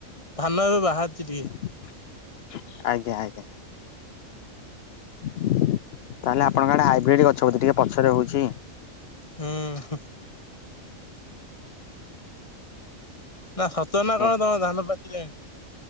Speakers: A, on the left; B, on the left.
A: ଧାନ ଏବେ ବାହାରିଛି ଟିକେ।
B: ହ ଆଜ୍ଞା ଆଜ୍ଞା। ତାହେଲେ ଆପଣଙ୍କ ଆଡେ ହାଇବ୍ରିଡ ଗଛ ବୋଧେ, ଟିକେ ପଛରେ ହଉଛି।
A: ହୁଁ ନା ସତ ନା
B: ଏ
A: କଣ ତମ ଧାନ ପାଚିଲଣି?